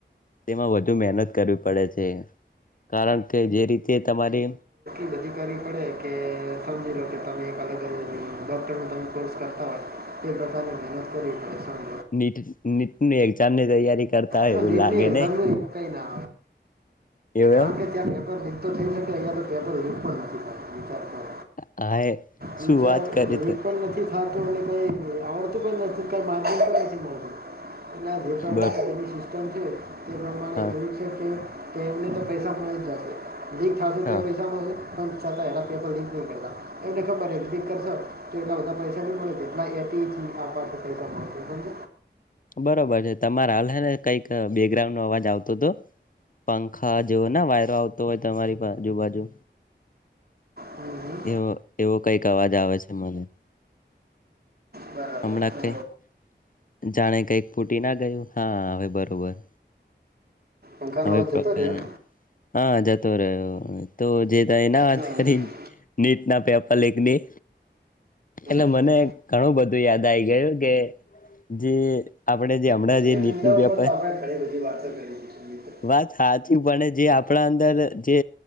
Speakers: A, on the left; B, on the right.
A: તેમાં વધુ મનત કરવી પડે છે કારણ કે જે રીતે તમારે
B: ન કરવી પડે કે સમજી લો કે તમે એક અલગ જ ડૉક્ટરનો તમે કોર્સ કરતા હોય તે પ્રકારની મહેનત કરી પ
A: નીટ નીટની એક્ઝામ ની તૈયારી કરતા હોય
B: ના
A: એવું
B: નીટ
A: લાગે
B: ની એઝામ
A: નહી
B: નું અ કઈ ના
A: એવું એમ
B: આવે કાર કે ત્યાં પેપર લીક તો થઈ શકે અહિયાં તો પેપર લીક પણ નથી થ વિચાર કર
A: હા એ
B: વિચાર
A: શું વાત કરી
B: લોરીટ
A: તે
B: પણ નથી થત મને કઈ આવડતું પણ નથી કઈ માર પણ નથી મળતું એલે જે પ્રબ્લેમ
A: બર
B: તે પ્રમાણે
A: હા
B: એવું છે કેમને તો પૈસા મળે જ જશે લીક થશે
A: હા
B: તો પૈસા મળશે પણ છતાં એના પેપર લીક નહી કરતા એમને ખબર લીક કરશો તો એટલા બધા પૈસા નહી મળે જેટલા એ તેથી આથી પૈસા મહવ સમજ
A: બરોબર છે તમારે હાલ છે ને કઈક બેકગ્રાઉન્ડ નો અવાજ આવતો હતો પંખા જેવ ના વાયરો આવતો હોય તમારી આજુબાજુ
B: હમ હમ
A: એવો એવો કઈક અવાજ આવે છે મને
B: બરાબર
A: હમણાં
B: તો
A: કઈ જાણે કઈક ફૂટી ના ગયું હા હવે બરોબર
B: પંખાનો
A: હવે
B: અવાજ
A: પ્રોપર
B: જતો રહ્યો
A: હા અરે યો તો જે એ ના વાત
B: હા હમ
A: કરી નીટ ના પેપર લીક ની એટલે
B: હમ.
A: મને ઘણું બધું યાદ આવી ગયું કે જે આપણે જે હમણાં જે
B: એ
A: નીટનું
B: મુદ્દા
A: પેપર
B: ઉપર તો આપણે ઘણી બધી વાતો કરી દીધી મિત્ર
A: વાત સાચી પણ જે આપણા અંદર જે